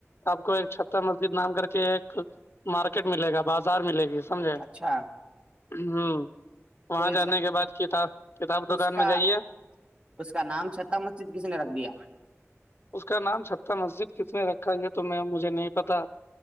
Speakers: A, on the left; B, on the right.
A: آپ کو ایک چھتر مسجد نام کر کے ایک مارکیٹ ملے گا بازار ملے گی سمجے
B: اچھا
A: ہوں
B: تو
A: وہاں
B: یہ
A: جانے
B: چھت
A: کے بعد کتاب کتاب
B: تو
A: دکان
B: اس
A: میں
B: کا
A: جائیے
B: اس کا نام چھتتا مسجد کسی نے رکھ دیا
A: اس کا نام چھہ مسجد کس نے رکھا یہ تو میں مجھے نہیں پتا